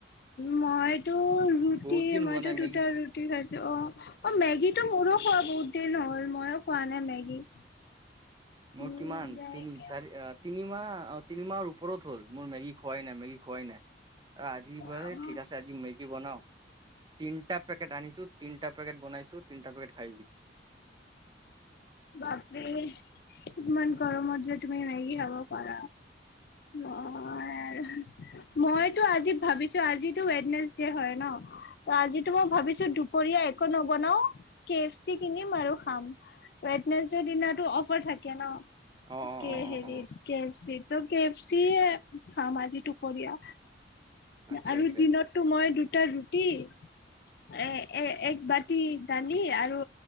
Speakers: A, on the left; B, on the right.
A: মইতো ৰুটি,
B: বহুত দিন
A: মইতো
B: হোৱা নাই
A: দুটা
B: মেগী
A: ৰুটি খাই অ অ মেগীটো মোৰো খোৱা বহুত দিন হ'ল মইো খোৱা নাই মেগী।
B: মোৰ
A: উম
B: কিমান
A: যাইকে
B: তিনি, চাৰি তিনি ম অ তিনিমাহৰ ওপৰত হ'ল মোৰ মেগী খোৱাই নাই মেগী খোৱাই নাই। আজি বা
A: অ'
B: ঠিক আছে আজি মেগী বনাও তিনিটা পেকেট আনিছো তিনিটা পেকেট বনাইছো তিনিটা পেকেট খাই
A: বাপৰে ইমান গৰমত যে তুমি মেগী খাব পাৰা। অ <unintelligible> মইতো আজি ভাবিছোঁ, আজিতো ৱেডনেছ ডে হয় ন', ত', আজটো মই ভাবিছোঁ দু য়া একো নবনাও, কে এফ চি কিনিম আৰু খাম। ৱেডনেছদে দিনাটো অফাৰ থাকে ন',
B: অ অ অ অ
A: হেৰিত
B: অ
A: কে এফ চিত। ত', কেফচি এ খাম আজি দুপৰীয়া।
B: আচ্ছা
A: আৰু
B: আচ্ছা
A: দিনতটো
B: আচ্ছা
A: মই দুটা ৰুটি এ এ এক বাতি দালি আৰু